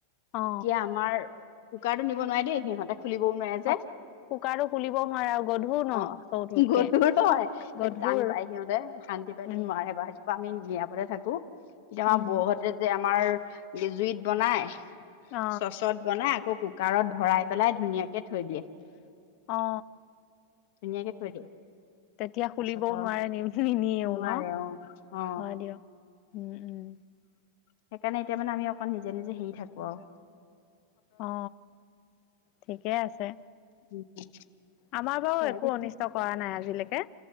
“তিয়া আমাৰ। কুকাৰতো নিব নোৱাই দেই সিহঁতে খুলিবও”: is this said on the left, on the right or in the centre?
Left